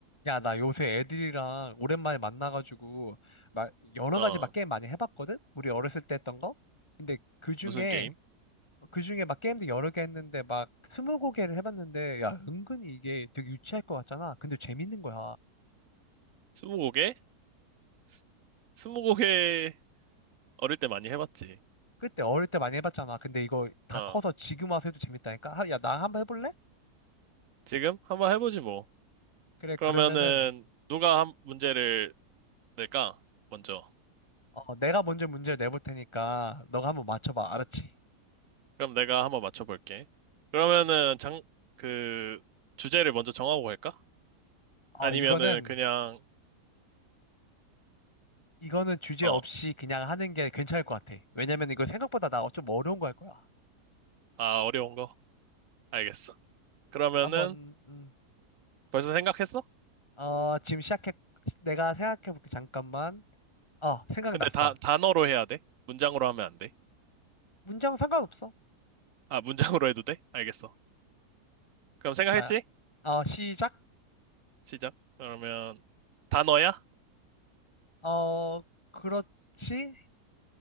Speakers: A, on the left; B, on the right.
A: 야, 나 요새 애들이랑 오랜만에 만나가지고, 막, 여러
B: 어,
A: 가지 막 게임 많이 해봤거든? 우리 어렸을 때 했던 거? 근데 그 중에,
B: 무슨 게임?
A: 그 중에 막 게임도 여러 개 했는데, 막, 스무 고개를 해봤는데, 야, 은근히 이게 되게 유치할 것 같잖아? 근데 재밌는 거야.
B: 스무고개? 스- 스무고개 어릴 때 많이 해봤지.
A: 그때 어릴 때 많이 해봤잖아. 근데 이거 다
B: 어,
A: 커서 지금 와서 해도 재밌다니까? 하- 야, 나 한번 해볼래?
B: 지금 한번 해보지 뭐.
A: 그래, 그러면은,
B: 그러면은 누가 한 문제를 낼까? 먼저.
A: 어, 내가 먼저 문제를 내볼 테니까, 너가 한번 맞춰봐. 알았지?
B: 그럼 내가 한번 맞춰볼게. 그러면은 장, 그, 주제를 먼저 정하고 갈까?
A: 어,
B: 아니면은
A: 이거는,
B: 그냥,
A: 이거는 주제
B: 어,
A: 없이 그냥 하는 게 괜찮을 것 같아. 왜냐면 이거 생각보다 나 좀 어려운 거 할 거야.
B: 아, 어려운 거? 알겠어. 그러면은
A: 한번, 음,
B: 벌써 생각했어?
A: 어, 지금 시작해. 내가 생각해 볼게. 잠깐만. 어, 생각났어.
B: 근데 다, 단어로 해야 돼? 문장으로 하면 안 돼?
A: 문장 상관없어.
B: 아, 문장으로 해도 돼? 알겠어. 그럼 생각했지?
A: 자, 어, 시작.
B: 시작. 그러면 단어야?
A: 어, 그렇지.